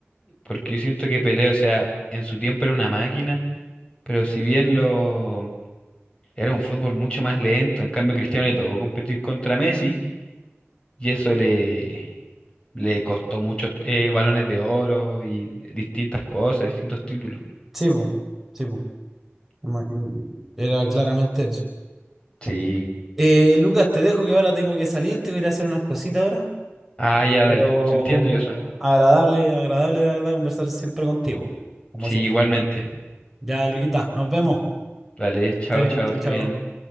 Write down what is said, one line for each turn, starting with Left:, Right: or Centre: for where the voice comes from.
Left: Porque yo siento que Pelé, o sea, en su tiempo era una máquina, pero si bien lo era un fútbol mucho más lento, en cambio Cristiano le tocó competir contra Messi Y eso le, le costó muchos eh, balones de oro y distintas cosas, distintos títulos.
Centre: Sí, po, sí, po. Ma- y- Era claramente eso.
Left: Sí.
Centre: Eh, Lucas, te dejo que ahora tengo que salir, te voy a ir a hacer unas cositas ahora.
Left: Ah, ya,
Centre: Pero
Left: dale. Se entiende, Joshua.
Centre: agradable, agradable la verdad conversar siempre contigo, como
Left: Sí,
Centre: siempre.
Left: igualmente.
Centre: Ya, Luquita, nos vemos.
Left: Vale, chao,
Centre: Esté bien,
Left: chao,
Centre: chao,
Left: esté
Centre: chao.
Left: bien.